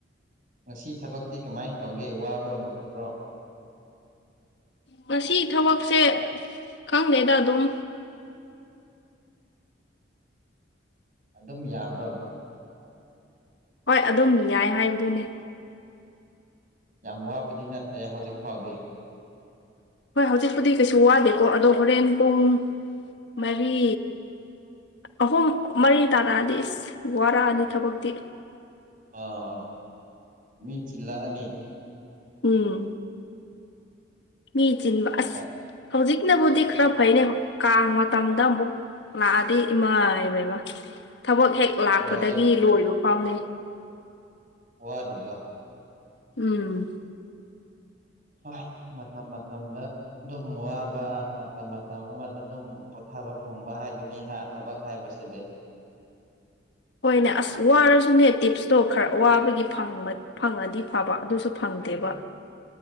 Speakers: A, on the right (about 45°); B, on the left (about 65°).
A: ꯉꯁꯤ ꯊꯕꯛꯇꯤ ꯀꯃꯥꯏꯅ ꯇꯧꯒꯦ ꯋꯥꯕ꯭ꯔꯣ ꯅꯨꯡꯉꯥꯏꯕ꯭ꯔꯣ
B: ꯉꯁꯤ ꯊꯕꯛꯁꯦ ꯈꯪꯗꯦꯗ ꯑꯗꯨꯝ
A: ꯑꯗꯨꯝ ꯌꯥꯕ꯭ꯔꯣ
B: ꯍꯣꯏ ꯑꯗꯨꯝ ꯌꯥꯏ ꯍꯥꯏꯕꯗꯨꯅꯦ
A: ꯌꯥꯝ ꯋꯥꯕꯗꯤ ꯅꯠꯇꯦ ꯍꯧꯖꯤꯛ ꯐꯥꯎꯗꯤ
B: ꯍꯣꯏ ꯍꯧꯖꯤꯛꯄꯨꯗꯤ ꯀꯩꯁꯨ ꯋꯥꯗꯦꯀꯣ ꯑꯗꯣ ꯍꯣꯔꯦꯟ ꯄꯨꯡ ꯃꯔꯤ ꯑꯍꯨꯝ ꯃꯔꯤ ꯇꯥꯔꯛꯑꯗꯤ ꯏꯁ ꯋꯥꯔꯛꯑꯅꯤ ꯊꯕꯛꯇꯤ
A: ꯑꯥ ꯃꯤ ꯆꯤꯂꯅꯤ
B: ꯎꯝ ꯃꯤ ꯆꯤꯟꯕ ꯑꯁ
A: ꯀ
B: ꯍꯧꯖꯤꯛꯅꯕꯨꯗꯤ ꯈꯔ ꯐꯩꯅꯦ ꯀꯥꯡ ꯃꯇꯝꯗ ꯑꯃꯨꯛ ꯂꯥꯛꯑꯗꯤ ꯏꯃꯥꯏꯕꯕ ꯊꯕꯛ ꯍꯦꯛ ꯂꯥꯛꯄꯗꯒꯤ
A: ꯂꯣꯏꯔꯦ
B: ꯂꯣꯏꯕ ꯐꯥꯎꯅꯤ
A: ꯋꯥꯔꯤꯗ
B: ꯎꯝ
A: ꯍꯣꯏ ꯃꯇꯝ ꯃꯇꯝꯗ ꯑꯗꯨꯝ ꯋꯥꯕ ꯃꯇꯝ ꯃꯇꯝ ꯑꯃꯗ ꯑꯗꯨꯝ ꯄꯣꯊꯥꯕ ꯐꯪꯕ ꯍꯥꯏꯗꯨꯅꯤ ꯊꯕꯛ ꯍꯥꯏꯕꯁꯤꯗꯤ
B: ꯍꯣꯏꯅꯦ ꯑꯁ ꯋꯥꯔꯁꯨꯅꯦ ꯇꯤꯞꯁꯇꯣ ꯈꯔ ꯋꯥꯕꯒꯤ ꯐꯪꯕ ꯐꯪꯉꯗꯤ ꯐꯕ ꯑꯗꯨꯁꯨ ꯐꯪꯗꯦꯕ